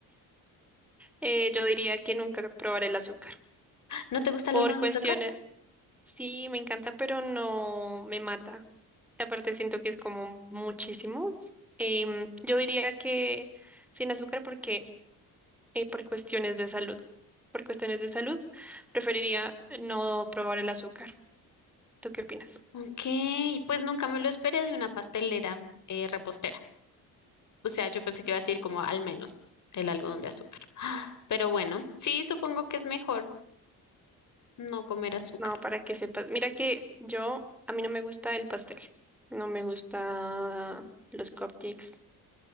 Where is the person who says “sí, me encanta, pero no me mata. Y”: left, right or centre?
Centre